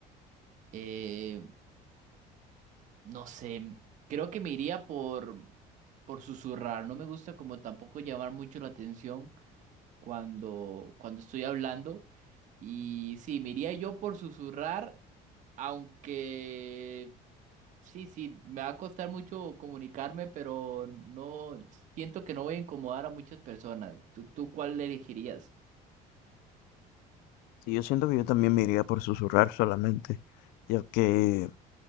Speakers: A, on the right; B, on the left.
A: Eh, no sé, m- creo que me iría por, por susurrar, no me gusta como tampoco llamar mucho la atención cuando, cuando estoy hablando y sí, me iría yo por susurrar, aunque... Sí, sí, me va a costar mucho comunicarme, pero no siento que no voy a incomodar a muchas personas. ¿Tú, tú cuál elegirías?
B: Sí, yo siento que yo también me iría por susurrar solamente, ya que